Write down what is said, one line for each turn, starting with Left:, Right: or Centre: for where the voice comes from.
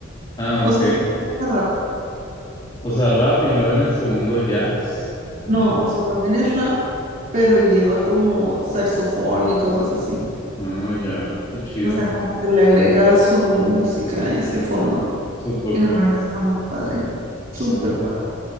Left: Ah,
Right: o
Left: ok.
Right: sea, siempre canta rap.
Left: O sea, rap y luego en el segundo jazz. Mm,
Right: No, o sea, también es rap, pero lleva como saxofón y cosas así.
Left: Ah, ya, qué chido.
Right: O sea, como que le agrega su música a ese fondo.
Left: Su toque.
Right: Y la verdad está muy padre, súper
Left: Ah,
Right: padre.